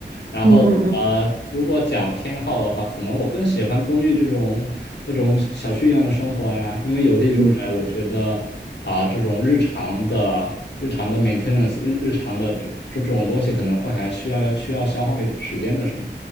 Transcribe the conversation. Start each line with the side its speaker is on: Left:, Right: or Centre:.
Left: 然后呃，
Right: 嗯嗯嗯
Left: 如果讲偏好的话，可能我更喜欢公寓这种那种小区一样的生活呀，因为有地住宅，
Right: 嗯，嗯
Left: 我觉得啊、这种日常的日常的 maintenance 日日常的这这种东西，可能会还需要需要消耗一点时间的，是吗？